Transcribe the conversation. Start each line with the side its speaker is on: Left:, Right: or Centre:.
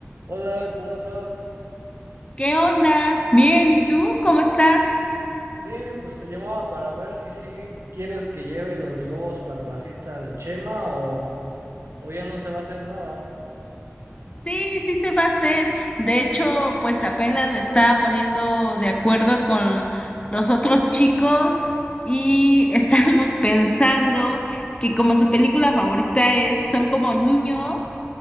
Right: Hola, ¿cómo estás?
Left: ¿Qué onda? Bien, ¿y tú cómo estás?
Right: Bien, pues te llamaba para ver si sí quieres que lleve los globos para la fiesta de Chema o, o ya no se va a hacer nada.
Left: Sí, sí se va a hacer. De hecho, pues apenas me estaba poniendo de acuerdo con los otros chicos y <laughs> estábamos pensando que como su película favorita es, son como niños